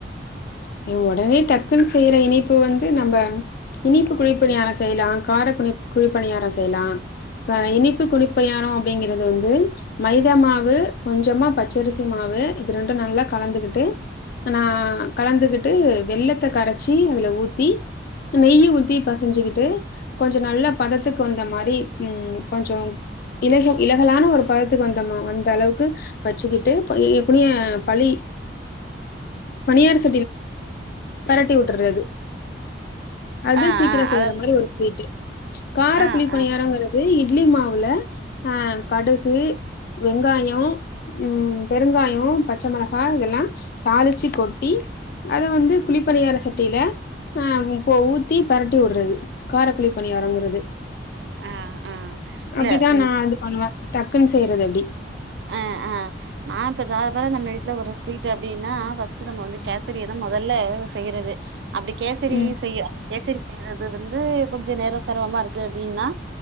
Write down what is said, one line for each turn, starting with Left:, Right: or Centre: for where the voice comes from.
Left: நீ ஒடனே டக்குன்னு செய்யற இனிப்பு வந்து நம்ம இனிப்பு குழிப்பணியாரோ செய்யலா கார குனி குழிப்பணியார செய்யலா அ இனிப்பு குணிப்பியாரோ அப்படிங்கிறது வந்து மைதா மாவு கொஞ்சமா பச்சரிசி மாவு இது ரெண்டு நல்லா கலந்துகிட்டு நா கலந்துகிட்டு வெல்லத்த கரைச்சி அதுல ஊத்தி நெய்யு ஊத்தி பசைஞ்சுக்கிட்டு கொஞ்ச நல்ல பதத்துக்கு வந்த மாரி ம் கொஞ்சோ இலக இலகலான ஒரு பதத்துக்கு வந்தற்னு அந்த அளவுக்கு வச்சுக்கிட்டு எப்படியு பழி பணியார சட் தரட்டி வுட்டுறது அது
Right: ஆ
Left: சீக்கிர
Right: ஆ
Left: செய்யற
Right: அதாவது
Left: மாரி ஒரு ஸ்வீட்டு கார
Right: ஆ
Left: குழி பணியாராங்கறது
Right: ஆ
Left: இ இட்லி மாவுல ஆ கடுகு வெங்காயோ ம் பெருங்காயோ பச்ச மிளகா இதெல்லா தாளிச்சு கொட்டி அது வந்து குளிப்பணியார சட்டியில ஆ இப்ப ஊத்தி பெரட்டி வுடுறது காரக்குழி பணியாரங்குறது
Right: ஆ ஆ இல்ல
Left: அப்டிதா நா இது பண்ணுவே டக்குன்னு செய்றது அப்டி
Right: அ அ நா இப்ப நாலுபேரா நம்ம வீட்ல ஒரு ஸ்வீட் அப்டின்னா ஃபர்ஸ்ட் நம்ம வந்து கேசரியதா மொதல்ல செய்றது அப்டி கேசரி
Left: ம்
Right: செய்ய கேசரி செய்றது வந்து கொஞ்ச நேரம் சிரமமா இருக்கு அப்டின்னா